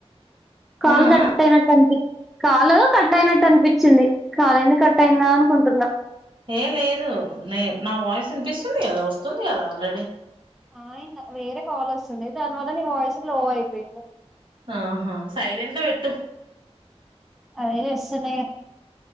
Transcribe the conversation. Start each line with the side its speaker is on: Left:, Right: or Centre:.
Centre: కాలు
Right: ఆ
Centre: కట్
Right: ఆ
Centre: అయినట్టు అనిపించింది. కాలు కట్ అయినట్టు అనిపించింది కాలు ఏంది కట్ అయిందా అనుకుంటున్నా?
Right: ఏ లేదు నే నా వాయిస్ వినిపిస్తుంది కదా వస్తుంది కదా ఆల్రెడీ.
Centre: ఆయి నాకు వేరే కాల్ వస్తుంది. దాని వల్ల నీ వాయిస్ లో అయిపోయింది.
Right: ఆహా! సైలెంట్లో పెట్టు.
Centre: అదే చేస్తున్నా ఇగ